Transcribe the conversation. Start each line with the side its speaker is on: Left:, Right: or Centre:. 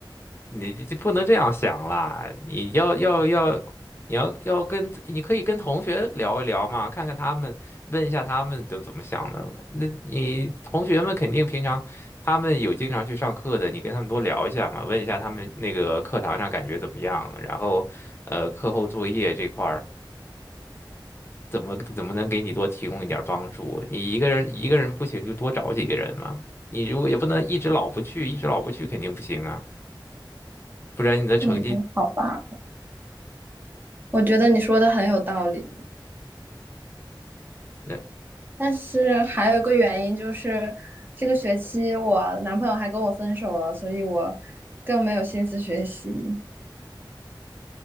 Left: 你这不能这样想啦，你要要要，你要要跟你可以跟同学聊一聊嘛，看看他们，问一下他们都怎么想的。那你同学们肯定平常他们有经常去上课的，你跟他们多聊一下嘛，问一下他们那个课堂上感觉怎么样，然后呃课后作业这块儿怎么怎么能给你多提供一点儿帮助？你一个人一个人不行就多找几个人嘛，你如果也不能一直老不去，一直老不去肯定不行啊。不然你的成绩，
Right: 嗯，好吧，我觉得你说的很有道理。
Left: 那
Right: 但是还有一个原因就是，这个学期我男朋友还跟我分手了，所以我更没有心思学习。